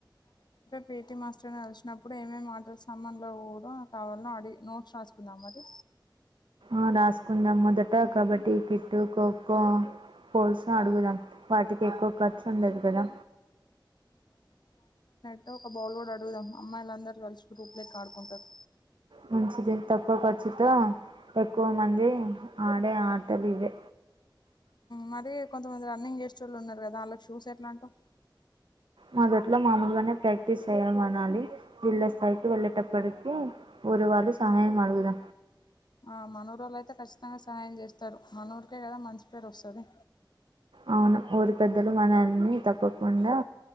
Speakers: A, on the left; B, on the right.
A: పేటి మాస్టర్ ని అలిసినప్పుడు ఏమేమి మాటల్ సమన్లో పోవడం కావాలని అడి నోట్స్ రాసుకుందాం మరి
B: ఆ రాసుకుందాం మొదట కబడ్డీ కిట్టు ఖోఖో పోల్సు అడుగుదాం వాటికి ఎక్కువ ఖర్చు ఉండదు కదా
A: అంటే ఒక బాల్ కూడాడ్ అడుగుదాం అమ్మాయిల అందరూ కలిసి రూప్లేక్ ఆడుకుంటారు
B: ముంచిది తక్కువ ఖర్చుత ఎక్కువ మంది ఆడే ఆటలు ఇవే
A: మది కొంతమంది రన్నింగ్ చేస్ట వాళ్ళు ఉన్నారు కదా వాళ్ళకి షూస్ ఎట్లా అంటా
B: మొదట్లో మామలుగానే ప్రాక్టీస్ చేయ అనాలి జిల్లా స్థాయికి వెళ్ళేటప్పటికి ఒక వాళు సహాయం ఆడుగుద
A: ఆ మనూరు వాళ్ళయితే ఖచ్చితంగా సహాయం చేస్తారు మన ఊరికే కదా మంచి పేరు వస్తుంది
B: అవును ఊరి పెద్దలు మనల్ని తప్పకుండా